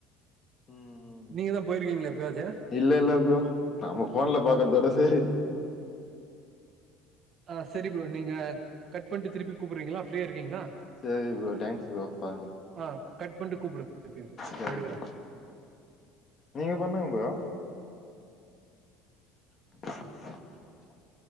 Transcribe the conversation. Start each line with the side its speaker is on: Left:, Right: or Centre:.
Left: ம்
Right: நீங்க தா போய்ருக்கீங்ளா எப்பயாச்ச
Left: இல்ல இல்ல ப்ரோ நம்ம ஃபோன்ல பாக்கர்தோட சரி
Right: ஆ சரி ப்ரோ நீங்க கட் பண்ட்டு திருப்பி கூப்டுறீங்ளா ஃப்ரீயா இருக்கீங்ளா
Left: சேரி ப்ரோ தேங்க்ஸ் ப்ரோ பா
Right: ஆ கட் பண்ட்டு கூப்டு ஓகே
Left: சேரி
Right: நா எடுக்குற
Left: ப்ரோ நீங்க பண்ணுங்க பா <inaudible>